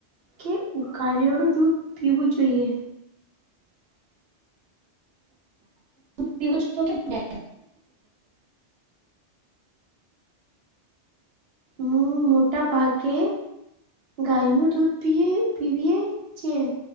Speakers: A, on the right (about 65°); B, on the right (about 85°).
A: કે ઉકાલેળું દૂધ પીવું જોઈએ.
B: <inaudible> પીવું જ પડે ને.
A: હું મોટા ભાગે‌ ગાયનું દૂધ પીએ પીએ છે.